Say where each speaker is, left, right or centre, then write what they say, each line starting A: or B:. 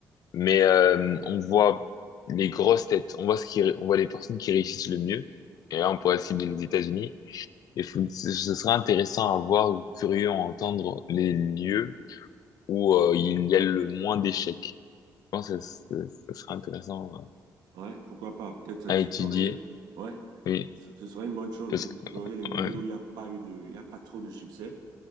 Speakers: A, on the left; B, on the right.
A: mais euh, on voit les grosses têtes, on voit ce qui, on voit les personnes qui réussissent le mieux, et là on pourrait cibler les États-Unis. Et faut- ce ce serait intéressant à voir ou curieux à entendre les lieux où euh, il y a le moins d'échecs. Je pense que ça, ça- ça serait intéressant euh,
B: ouais, pourquoi pas? Peut-être explorer.
A: à étudier.
B: Ouais,
A: Oui,
B: ce ce serait une bonne chose
A: parce
B: d'explorer
A: que
B: les milieux
A: ouais,
B: où il n'y a pas eu de, il y a pas trop de succès